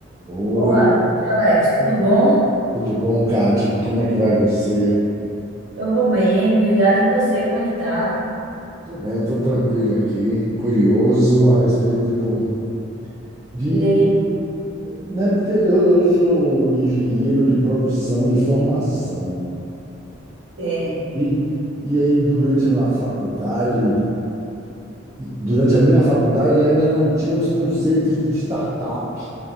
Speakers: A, on the right; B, on the right.
A: Oi,
B: Boa noite, Alex. Tudo bom?
A: tudo bom, Kati? Como é que vai você?
B: Eu vou bem, obrigada. E você, como é que tá?
A: Tô bem, tô tranquilo aqui, curioso a respeito do, de,
B: Diga aí.
A: né, porque eu, eu sou engenheiro de produção de formação
B: Sei.
A: e, e aí durante a faculdade, durante a minha faculdade ainda não tinha os conceitos de startup,